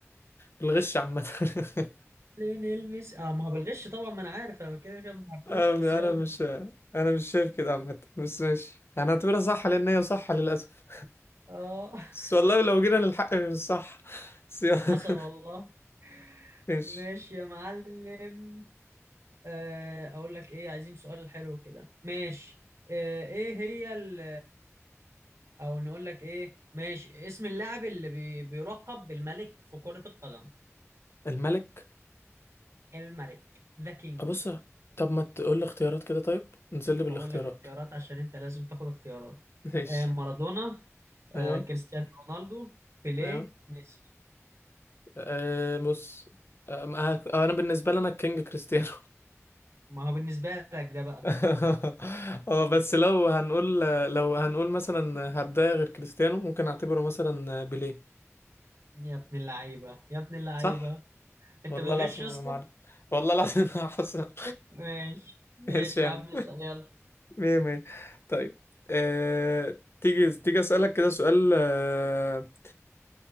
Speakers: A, on the left; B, on the right.
A: بالغش عامة <laughs>
B: ليونيل ميسي آه ما هو بالغش طبعا ما أنا عارف أنا كده كده ما بحبوش
A: آه،
B: بس يلا
A: انا مش انا مش شايف كده عامة بس ماشي انا هعتبرها صح لان هي صح للاسف
B: آه
A: بس
B: <laughs>
A: والله لو جينا للحق مش صح بس يلا. <laughs>
B: حصل والله
A: ماشي
B: ماشي يا معلم آه، أقول لك إيه عايزين سؤال حلو كده ماشي آه، إيه هي ال او نقول لك ايه ماشي اسم اللاعب اللي بي... بيلقب بالملك في كرة القدم
A: الملك
B: الملك ذا كينج
A: ابص طب ما تقول لي اختيارات كده طيب نزل لي بالاختيارات
B: هقول لك اختيارات عشان انت لازم تاخد اختيارات
A: <laughs> ماشي
B: آه مارادونا آه
A: ايوه
B: كريستيانو رونالدو بيليه
A: ايوه
B: ميسي
A: أه بص أه ما- أه، انا بالنسبه لي انا الكينج كريستيانو
B: ما هو بالنسبة لك ده بقى
A: <laughs> اه بس لو هنقول لو هنقول مثلا هبدايه غير كريستيانو ممكن اعتبره مثلا بيليه
B: يا ابن اللعيبة يا ابن اللعيبة
A: صح
B: انت
A: والله
B: بتغش
A: العظيم
B: يا اسطى
A: يا معلم والله العظيم يا حسن
B: ماشي ماشي
A: <laughs> ايش يا
B: يا
A: عم
B: عم اسأل يلا
A: مية مية طيب أه... تيجي تيجي اسالك كده سؤال أه...